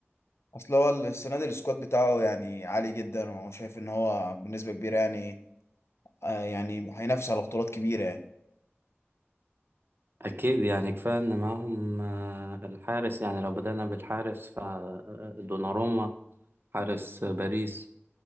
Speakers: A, on the left; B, on the right.
A: اصل هو السنه دي السكواد بتاعه يعني عالي جدا وهو شايف ان هو بنسبه كبيره يعني آه يعني هينافس على بطولات كبيره يعني
B: اكيد يعني كفايه ان معاهم آه، الحارس يعني لو بدأنا بالحارس فدوناروما حارس باريس